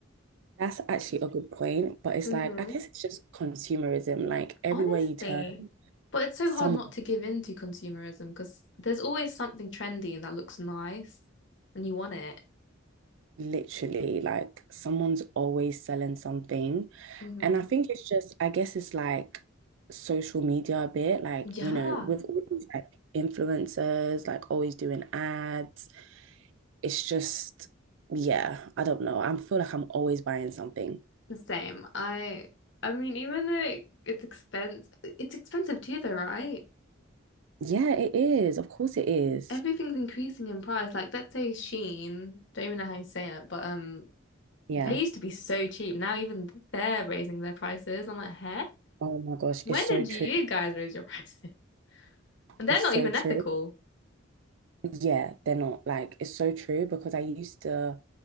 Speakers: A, on the right; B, on the left.
A: that's actually a good point. But it's
B: <laughs>
A: like,
B: hmm
A: I guess it's just consumerism. Like everywhere
B: Honestly.
A: you turn,
B: But it's so
A: someone
B: hard not to give in to consumerism because there's always something trendy and that looks nice and you want it.
A: Literally, like someone's always selling something.
B: hmm
A: And I think it's just, I guess it's like social media a bit, like,
B: Yeah.
A: you know, with all these like influencers, like always doing ads. It's just, yeah, I don't know. I feel like I'm always buying something.
B: The same. I I mean, even though it, it's expense it's expensive too though, right?
A: Yeah, it is. Of course it is.
B: Everything's increasing in price. Like let's say Shein, don't even know how you say it, but um
A: Yeah.
B: they used to be so cheap. Now even they're raising their prices. I'm like, huh?
A: Oh my gosh,
B: When
A: it's so
B: did
A: true.
B: you guys raise your <laughs> prices? And they're
A: It's
B: not
A: so
B: even
A: true.
B: ethical.
A: Yeah, they're not like it's so true because I used to